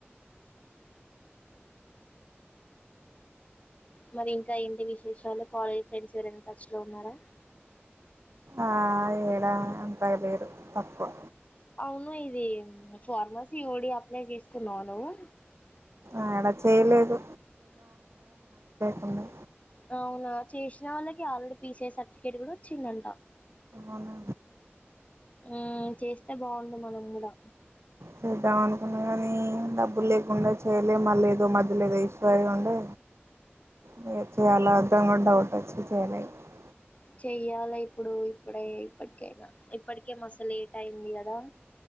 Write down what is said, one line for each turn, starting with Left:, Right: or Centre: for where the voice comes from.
Left: మరి ఇంకా ఏంటి విశేషాలు కాలేజ్ ఫ్రెండ్స్ ఎవరైనా టచ్ లో ఉన్నారా
Right: ఆ ఏడా పగ లేరు తక్కువ
Left: అవును ఇదీ మ్మ్ ఫార్మసీ ఓ డి అప్లై చేసుకున్నావా నువ్వు
Right: ఆడ చేయలేదు అవును
Left: అవునా చేషిన వాళ్ళకి already P C I certificate కూడా వచ్చిందంట
Right: అవునా
Left: మ్మ్ చేస్తే బాగుండు మనం కూడా
Right: చేద్దామనుకున్న కానీ డబ్బులు లేకుండా చేయలే మల్లా ఏదో మధ్యలో ఏదో ఇష్యూ ఇయ్యుండే నే చేయాల అద్దా కూడా డౌట్ వచ్చి చాలా <unintelligible>
Left: చెయ్యాల ఇప్పుడు ఇప్పుడై ఇప్పటికైనా ఇప్పటికే మస్తు లేట్ అయింది కదా